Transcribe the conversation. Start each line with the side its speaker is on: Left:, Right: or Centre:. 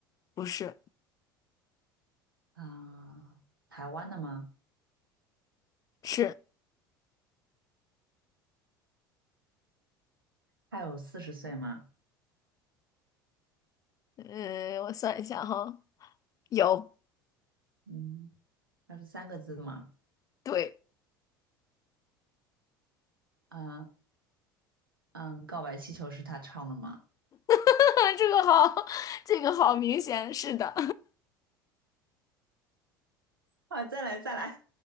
Left: 不是。
Right: 啊、台湾的吗？
Left: 是。
Right: 他有四十岁吗？
Left: 呃，我算一下哈，有，
Right: 嗯，他是三个字吗？
Left: 对，
Right: 啊、嗯，告白气球是他唱的吗？
Left: <laughs> 这个好，这个好明显，是的，
Right: 啊，再来再来，